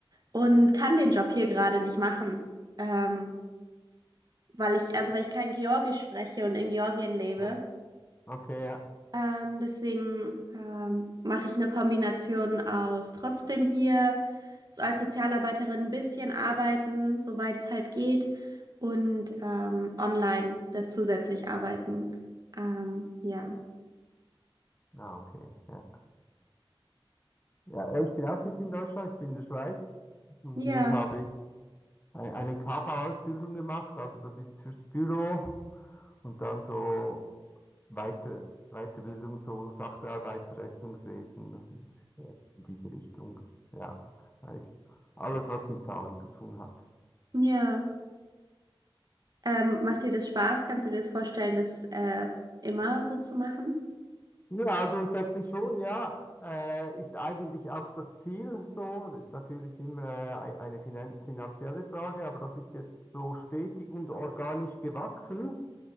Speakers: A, on the right; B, on the left.
A: und kann den Job hier gerade nicht machen, ähm, weil ich, also weil ich kein Georgisch spreche und in Georgien lebe.
B: Ja, okay, ja.
A: Ähm, deswegen ähm, mache ich eine Kombination aus trotzdem hier so als Sozialarbeiterin ein bisschen arbeiten, soweit es halt geht, und ähm, online da zusätzlich arbeiten. Ähm, ja.
B: Ah, okay, ja. Ja, ich bin auch nicht in Deutschland, ich bin in der Schweiz und
A: Ja,
B: hier habe ich Ei- eine KV-Ausbildung gemacht, also das ist fürs Büro und dann so weiter, Weiterbildung, so Sachbearbeiter, Rechnungswesen und äh, in diese Richtung. Ja, eigentlich alles, was mit Zahlen zu tun hat.
A: ja. Ähm, macht dir das Spaß? Kannst du dir das vorstellen, das äh, immer so zu machen?
B: Ja, grundsätzlich schon, ja. Äh, ist eigentlich auch das Ziel so. Das ist natürlich immer äh, ei- eine finan finanzielle Frage, aber das ist jetzt so stetig und organisch gewachsen.